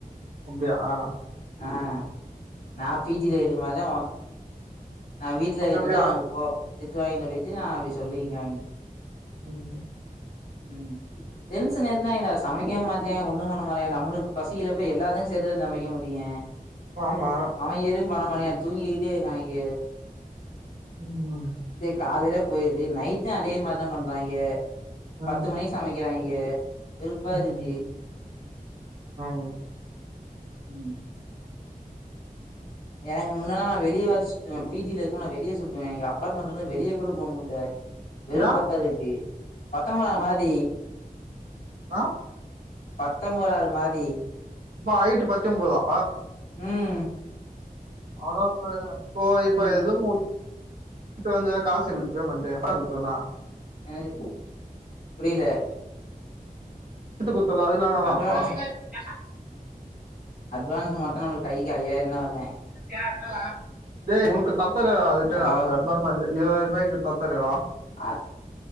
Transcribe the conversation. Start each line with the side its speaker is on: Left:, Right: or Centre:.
Right: அப்படியா ஆஹ
Left: ஆஹ நா பிஜி இதுமதா நா வீட்டுல
Right: அப்ப
Left: இருந்த
Right: எப்டியா
Left: வாழ தித்துவாய் சொல்லிட்டு அவி சொல்லிருங்கா
Right: உம்
Left: உம் டென்சன் நேத்துலா என சமைக்கவே மாட்டா ஒண்ணு பண்ணமாட்டா நம்மளுக்கு பசிக்கிறப்ப எல்லாத்தையு சேர்த்துதா சமைக்க முடியு
Right: ஆமா
Left: அவ எதுபான்னாமாட்டிங்க தூங்கிட்டே இருக்காங்க
Right: உஹம்
Left: காலயில போயிருது நைட்டுஅதே மர்தா பண்றாங்க
Right: ம்
Left: பத்து மணிக் சமக்கிறங் ஏ. வேருப்பாரூக்கு
Right: ம் ம்
Left: உம். எனக்கு முன்னல்லா நா வெளிய வாது சுத்துவ பீஜ்ல இருக்கும் போது நா வெளியே சுத் எங்க அப்பார்ட்மெண்ட் இருந்து வெளியே கூட போ முடல விருப்பதா
Right: ஏ
Left: இருக்கு. பத்தொன்பதவாது மாடி.
Right: ஆஹ.
Left: பத்தொன்பதவாது மாடி.
Right: அப்போ ஹைட் பாத்தம்போதா
Left: உம்.
Right: அவ்ளோ போ <unintelligible> ஓ இப்ப
Left: ம்
Right: ஏது கு வ வந்து காசு எப்படி பேமெண்ட் அத கொத்துடலா
Left: எனது புரியல.
Right: <unintelligible> ல அததுலன தாப்பா
Left: அட்வான்ஸ்
Right: <unintelligible>
Left: அட்வான்ஸ் மட்டும் நம்மளுக்கு கைக்கு ஐாயிரம் தான் வருதான்.
Right: <unintelligible> யா உனக்குத் தப் <unintelligible> அதுட்டே
Left: ஹலோ
Right: அவனுக்கு அட்வான்ஸ் ண்டே இருபதாயிரரூபாய்க்கு பத்தாதேதன்
Left: ஆ